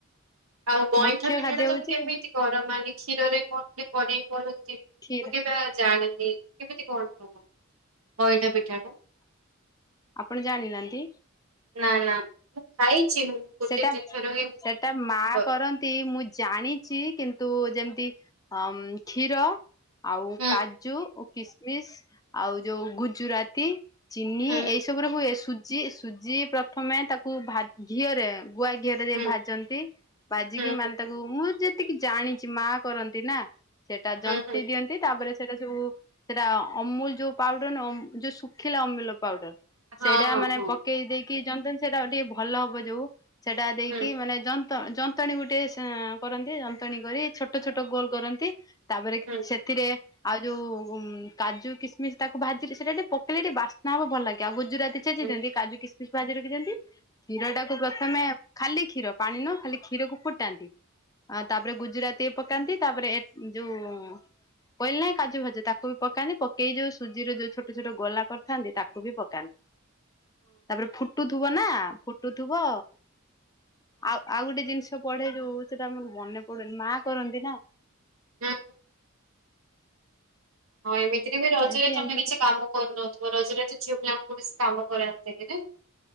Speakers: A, on the right; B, on the left.
A: ଆଉ ଗଇଁଠା
B: ମୁଖ୍ୟ
A: ପିଠାଟା
B: ଖାଦ୍ୟ
A: ତମେ
B: ହଉଛି
A: କେମିତି? ଘର ମାନେ କ୍ଷୀରରେ କଣ କରେଇ କନ୍ତିିବା
B: କ୍ଷୀର
A: ଜାଣନି କେମିତି କଣ ହବ? ଗଇଁଠା ପିଠା କୁ
B: ଆପଣ ଜାଣିନାହାନ୍ତି?
A: ନାଁ ନାଁ ମୁଁ ଖାଇଛି ମୁଁ। ଗୋଟେ
B: ସେଟାମ
A: ଦିଥର ଏମିତି
B: ସେ ଟ୍ ଏଇଟା ମା
A: କର।
B: କରନ୍ତି, ମୁଁ ଜାଣିଛି କିନ୍ତୁ ଯେମିତି ଅ କ୍ଷୀର ଆଉ
A: ହୁଁ
B: କାଜୁ, କିସମିସ, ଆଉ ଯୋଉ ଗୁଜୁରାତି। ଚିନି,
A: ହୁଁ
B: ଏଇ ସବୁରେ ହୁଏ ସୁଜି, ସୁଜି ପ୍ରଥମେ ତାକୁ ଭାଜି ତାକୁ ଘିଅରେ ଗୁଆ ଘିଅରେ ଦେଇ
A: ହୁଁ
B: ଭାଜନ୍ତି, ଭାଜିକି
A: ହୁଁ
B: ମାନେ
A: ହୁଁ
B: ତାକୁ ମୁଁ ଯେତିକି ଜାଣିଛି ମା କରନ୍ତି ନା, ସେଟା
A: ହୁଁ
B: ଜନ୍ତି
A: ହୁଁ
B: ଦିଅନ୍ତି ତାପରେ ସେଟା ସବୁ ସେଇଟା ଅମୁଲ ଯୋଉ ପାଉଡର ନୁହଁ, ଯୋଉ ଶୁଖିଲା ଅମୁଲ ପାଉଡର
A: ହଁ
B: ସେଇଟା
A: ହଁ
B: ମାନେ
A: ହଁ
B: ପକ୍ ପକେଇ ଦେଇକି ଜନ୍ତତି ଜଣେ ସେଇଟା ଟିକେ ଭଲ ହବ ଯୋଉ ସେଟା ଦେଇକି
A: ହୁଁ
B: ମାନେ ଯ ଯନ୍ତଣୀ ଗୋଟେ କରନ୍ତି, ଯନ୍ତଣୀ କରି ଛୋଟ ଛୋଟ ଗୋଲ କରନ୍ତି ତାପରେ
A: ହୁଁ
B: ସେଥିରେ ଆଉ ଯୋଉ କାଜୁ କିସମିସ୍ ତାକୁ ଭାଜି, ସେଇଟା ଟିକେ ପକେଇଲେ ଟିକେ ବାସ୍ନା ହବ, ଭଲ ଲାଗିବ ଆଉ ଗୁଜୁରାତି ଛେଚିଦିଅନ୍ତି
A: ହଁ
B: କାଜୁ କିସ୍ ମିସ ଭାଜି ରଖିଦିଅନ୍ତି,। କ୍ଷୀରଟାକୁ ପ୍ରଥମେ, ଖାଲି କ୍ଷୀର ପାଣି ନୁହଁ ଖାଲି କ୍ଷୀର କୁ ଫୁଟାନ୍ତି, ତାପରେ ଗୁଜୁରାତି ତି ପକାନ୍ତି ତାପରେ ଯୋଉ କହିଲେ ନାହିଁ କାଜୁାଭାଯୁ ତାକୁ ବି ପକାନ୍ତି ପକେଇ ଯୋଉ ସୁଜିର ଯୋଉ ଛୋଟ ଛୋଟ ଗୋଲା କରିଥାନ୍ତି ତାକୁ ବି ପକାନ୍ତି। ତାପରେ ଫୁଟୁଥିବ ନା ଫୁଟୁଥିବ ଆଉ ଆଉ ଗୋଟେ ଜିନିଷ ପଢେ ଯୋଉ ସେଟା ମୋର ମନେ ପଡୁନି ମା କରନ୍ତି ନା?
A: ହୁଁ। ହଁ ଏମିତିରେ ବି ରଜରେ
B: ଏମତି
A: ତମେ
B: ଏମତି
A: କିଛି କାମ କରୁନଥିବ ରଜରେ ତ ଝିଅ ପିଲାଙ୍କୁ କୌଣସି କାମ କରାନ୍ତିନ୍ତି କି ନା?